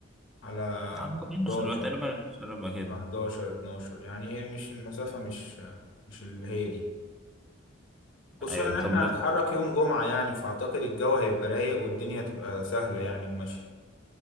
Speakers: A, on the left (about 75°); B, in the centre.
A: على
B: على 12
A: 11
B: تقريبا 12 ربع كده
A: على 11 12 يعني هي مش المسافة مش مش اللي هي دي خصوصا
B: ايوه
A: ان احنا
B: طب بص-
A: هنتحرك يوم جمعة يعني فاعتقد الجو هيبقى رايق والدنيا تبقى سهلة يعني وماشية